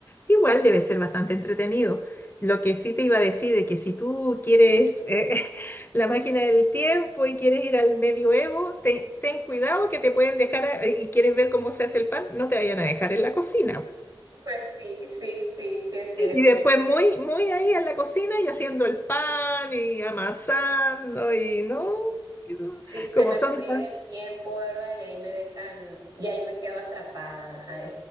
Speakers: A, on the left; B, on the right.
A: igual debe ser bastante entretenido. Lo que sí te iba a decir es que si tú quieres eh, <laughs> la máquina del tiempo y quieres ir al medioevo, ten, ten cuidado que te pueden dejar eh, y quieres ver cómo se hace el pan, no te vayan a dejar en la cocina.
B: Pues sí, sí, sí, sí es cierto.
A: Y después muy, muy ahí en la cocina y haciendo el pan y amasando y no, Y no,
B: Sí, se
A: como
B: me
A: son
B: puede
A: tan
B: ir el tiempo, ¿verdad? Y ahí me dejan, y ahí me quedo atrapada. Ay,